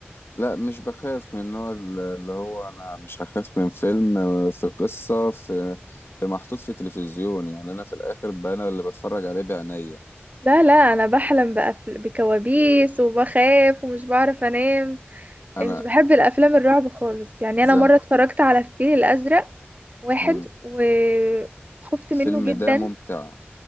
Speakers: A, on the left (about 70°); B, on the right (about 40°).
A: لا مش بخاف من النوع ال- اللي هو انا مش هخاف من فيلم في قصة في في محطوط في تلفزيون يعني انا في الاخر بقى انا اللي بتفرج عليه بعينيا
B: لا لا انا بحلم بأفل... بكوابيس وبخاف ومش بعرف انام
A: انا
B: يعني مش بحب الافلام الرعب خالص يعني
A: زم
B: انا مرة اتفرجت على الفيل الازرق واحد
A: مم.
B: وخفت منه
A: الفيلم
B: جدا
A: ده ممتع